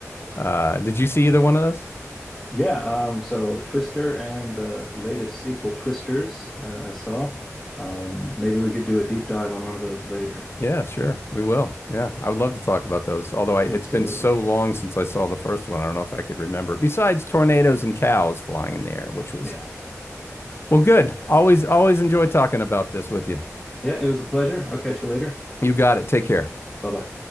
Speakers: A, on the left (about 50°); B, on the left (about 20°).
A: Uh, did you see either one of those?
B: Yeah, um so Twister and the latest sequel Twisters I, I saw. Um maybe we could do a deep dive on one of those later.
A: Yeah, sure. We will. Yeah, I would love to talk about those. Although I, it's
B: Absolutely.
A: been so long since I saw the first one, I don't know if I could remember. Besides tornadoes and cows flying in the air, which was
B: Yeah.
A: well, good. Always always enjoy talking about this with you.
B: Yeah, it was a pleasure. I'll catch you later.
A: You got it. Take care.
B: Bye-bye.